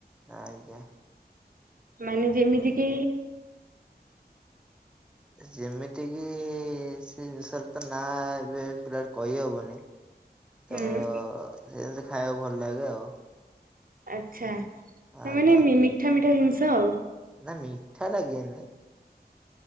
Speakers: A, in the centre; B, on the right.
A: ଆଜ୍ଞା।
B: ମାନେ ଯେମିତି କି
A: ଯେମିତି କିି ସେ ଜିନିଷର ତ ନାଁ ଏବେ ଫିଲାଲ କହିହବନି। ତ
B: ହୁଁ
A: ସେମିତି ଖାଇବାକୁ ଭଲ ଲାଗେ ଆଉ।
B: ଆଚ୍ଛା ତା
A: ଆଜ୍ଞା।
B: ମାନେ ମି ମିଠା ମିଠା ଜିନିଷ ଆଉ।
A: ନା ମିଠା ଲାଗେନି।